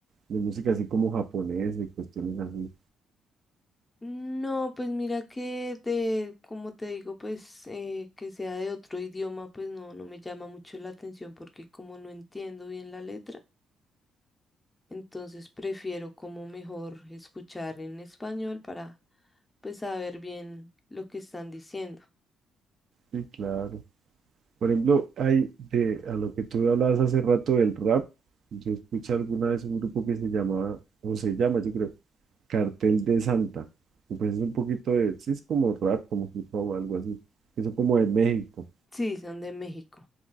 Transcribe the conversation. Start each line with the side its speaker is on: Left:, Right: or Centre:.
Right: de música así como japonesa y cuestiones así.
Left: No, pues mira que de, como te digo, pues eh, que sea de otro idioma, pues no, no me llama mucho la atención porque como no entiendo bien la letra, entonces prefiero como mejor escuchar en español para pues saber bien lo que están diciendo.
Right: Sí, claro. Por ejemplo, hay de, a lo que tú hablabas hace rato del rap, yo escuché alguna vez un grupo que se llamaba, o se llama, yo creo Cartel de Santa. que, Pues es un poquito de, sí, es como rap, como hip hop, algo así. Eso como de México.
Left: Sí, son de México.